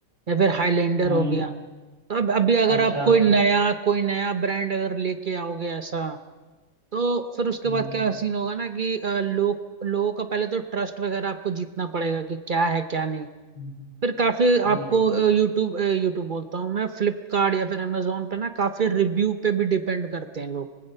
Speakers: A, on the right (about 45°); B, on the right (about 30°).
A: या फिर हाईलैंडर
B: हम्म
A: हो गया तो अब अभी अगर
B: अच्छा
A: आप कोई नया कोई नया ब्रांड अगर लेके आओगे ऐसा तो फिर उसके
B: हम्म
A: बाद क्या सीन होगा ना कि अ, लोग लोगों का पहले तो ट्रस्ट वगैरह आपको जीतना पड़ेगा कि क्या है क्या नहीं
B: हम्म
A: फिर काफी
B: हम्म,
A: आपको यूट्यूब यूट्यूब बोलता हूँ मैं फ्लिपकार्ट या फिर अमेजोन पे ना काफी रिव्यू पे भी डिपेंड करते हैं लोग